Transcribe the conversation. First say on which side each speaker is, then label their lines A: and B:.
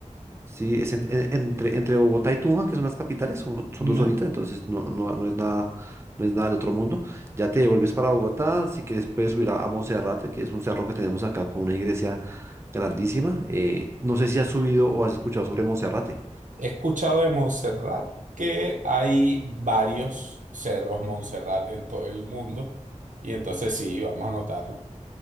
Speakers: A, on the right (about 20°); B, on the right (about 85°).
A: Sí, es en- en- entre, entre Bogotá y Tunja, que son las capitales, son, son
B: ¿Ya?
A: dos horitas, entonces no, no, no es nada, no es nada del otro mundo. Ya te devuelves para Bogotá, si quieres puedes subir a, a Monserrate, que es un cerro que tenemos acá con una iglesia grandísima. Eh, no sé si has subido o has escuchado sobre Monserrate.
B: He escuchado de Montserrat que hay varios cerros Montserrat en todo el mundo. Y entonces sí, vamos a anotarlo.